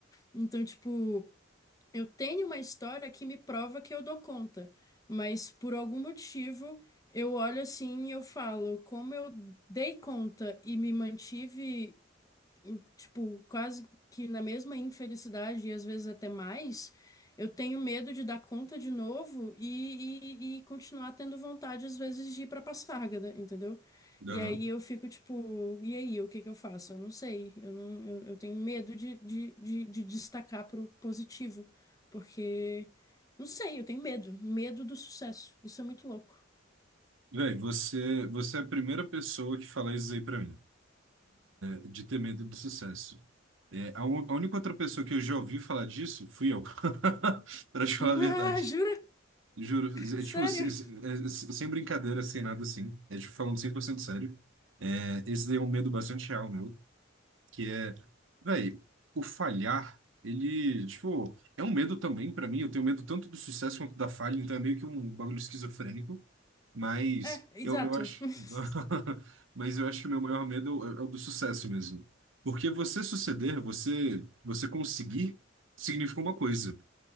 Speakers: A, on the left (about 20°); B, on the right (about 80°).
A: Então, tipo. Eu tenho uma história que me prova que eu dou conta, mas por algum motivo eu olho assim e eu falo, como eu dei conta e me mantive em- tipo, quase que na mesma infelicidade e às vezes até mais, eu tenho medo de dar conta de novo e, e, e continuar tendo vontade às vezes de ir pra Passárgada, entendeu?
B: Uhum.
A: E aí eu fico tipo, e aí, o que que eu faço? Eu não sei, eu não, eu, eu tenho medo de, de, de, de destacar pro positivo, porque, não sei, eu tenho medo, medo do sucesso, isso é muito louco.
B: Véi, você, você é a primeira pessoa que fala isso aí pra mim, é, de ter medo do sucesso. É, a, un- a única outra pessoa que eu já ouvi falar disso fui eu, <laughs> pra te falar
A: <laughs>
B: a verdade.
A: Ah, jura?
B: Juro, é,
A: Sério?
B: tipo, se- se- é, se- sem brincadeira, sem nada assim. É tipo, falando 100% sério. É, esse daí é um medo bastante real, meu. Que é, véi, o falhar, ele, tipo, é um medo também pra mim. Eu tenho medo tanto do sucesso quanto da falha, então é meio que um bagulho esquizofrênico. Mas
A: É, exato.
B: eu, eu acho.
A: <laughs>
B: <laughs> Mas eu acho que o meu maior medo é, é o do sucesso mesmo. Porque você suceder, você, você conseguir, significa uma coisa: